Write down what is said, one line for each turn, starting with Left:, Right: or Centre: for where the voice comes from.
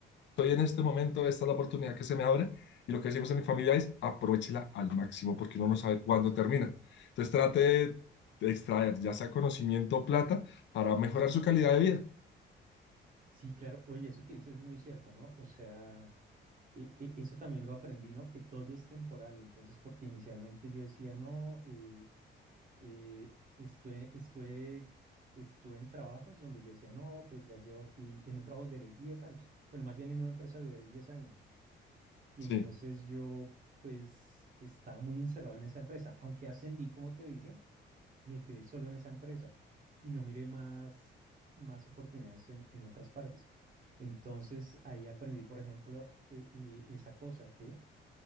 Left: estoy en este momento, esta es la oportunidad que se me abre y lo que decimos en mi familia es aprovechela al máximo porque uno no sabe cuándo termina. Entonces trate de, de extraer ya sea conocimiento o plata para mejorar su calidad de vida.
Right: Sí, claro. Oye, eso que dices es muy cierto, ¿no? O sea, e- e- eso también lo aprendí, ¿no? Que todo es temporal. Entonces, porque inicialmente yo decía, no, eh, Eh, estuve, estuve, estuve en trabajos donde yo decía, no, pues ya llevo aquí, en un trabajo de 10 años. Bueno, más bien en una empresa de 10 años. Y
Left: Sí,
Right: entonces yo, pues, estaba muy encerrado en esa empresa. Aunque ascendí, como te dije, me quedé solo en esa empresa y no miré más, más oportunidades en, en otras partes. Entonces ahí aprendí, por ejemplo, eh, eh, esa cosa que